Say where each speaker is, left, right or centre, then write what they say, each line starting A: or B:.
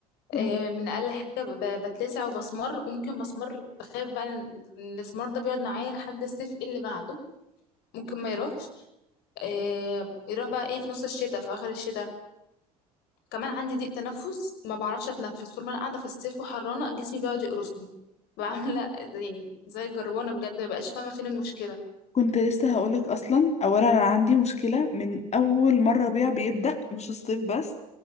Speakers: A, on the left; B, on the left.
A: مم.
B: آه، من اقل حاجه ب- بتلسع وبسمر وممكن بسمر بخاف بقى ان إن الاسمر ده بيقعد معايا لحد الصيف إيه اللي بعده ممكن ما يروحش آه، يروح بقى ايه في نص الشتاء في اخر الشتاء كمان عندي ضيق تنفس ما بعرفش اتنفس طول ما انا قاعده في الصيف وحرانه جسمي بيقعد يقرصني بعمل <laughs> زي- يعني زي الجربانه بجد ما بقاش فاهمه فين المشكله
A: كنت لسه هقولك اصلا اولا انا عندي مشكله من اول مره ربيع بيبدا مش الصيف بس